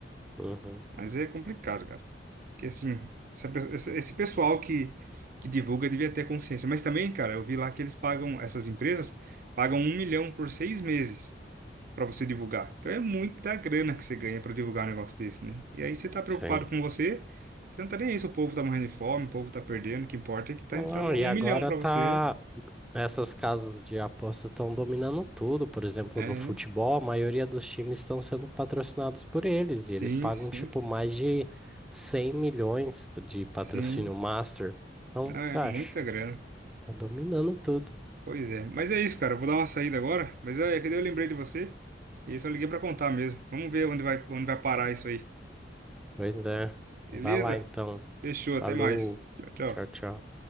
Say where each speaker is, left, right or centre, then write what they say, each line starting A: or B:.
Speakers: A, in the centre; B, on the right.
A: Uhum.
B: Mas é complicado, cara. Porque, assim, essa pe- essa- esse pessoal que, que divulga devia ter consciência. Mas também, cara, eu vi lá que eles pagam, essas empresas pagam um milhão por seis meses para você divulgar. Então é muita grana que você ganha para divulgar um negócio desse, né? E aí você tá preocupado
A: Sim.
B: com você, você não tá nem aí se o povo tá morrendo de fome, o povo tá perdendo, o que importa é que tá
A: Não,
B: entrando um
A: e agora
B: milhão para
A: tá.
B: você.
A: Essas casas de aposta estão dominando tudo. Por exemplo,
B: É,
A: no futebol, a maioria dos times estão sendo patrocinados por eles.
B: sim,
A: E eles pagam,
B: sim,
A: tipo, mais de 100 milhões de patrocínio
B: sim.
A: master. Então,
B: Não,
A: você
B: é
A: acha?
B: muita grana.
A: Tá dominando tudo.
B: Pois é. Mas é isso, cara. Eu vou dar uma saída agora, mas é é que daí eu lembrei de você e aí só liguei para contar mesmo. Vamos ver onde vai, onde vai parar isso aí.
A: Pois é.
B: Beleza?
A: Vai lá então.
B: Deixou, até
A: Falou.
B: mais. Tchau, tchau.
A: Tchau, tchau.